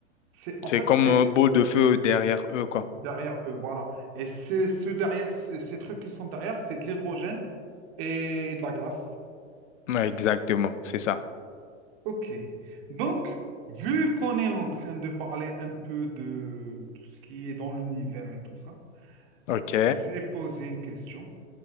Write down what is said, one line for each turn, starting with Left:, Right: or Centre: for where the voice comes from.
Right: C'est en
Left: c'est
Right: fait,
Left: comme
Right: c'est
Left: un boule de feu derrière eux, quoi.
Right: derrière eux, voilà. Et c'est ce derrière, ces ces trucs qui sont derrière, c'est de l'hydrogène et de la glace.
Left: Ouais, exactement, c'est ça.
Right: Ok. Donc, vu qu'on est en train de parler un peu de tout ce qui est dans l'univers et tout ça,
Left: Ok,
Right: j'ai posé une question